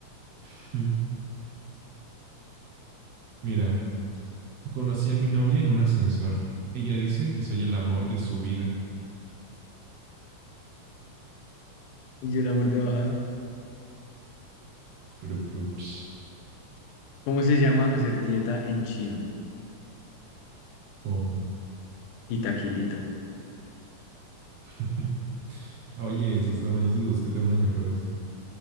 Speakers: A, on the right; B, on the left.
A: <laughs> Mira, conocí a mi novia en un ascensor. Ella dice que soy el amor de su vida.
B: Y yo el amor de bajada.
A: Pero, pues,
B: ¿Cómo se llama hacer dieta en chino?
A: ¿cómo?
B: Y taquilito.
A: <laughs> Oye, eso está malísimo. Búscate unos mejores.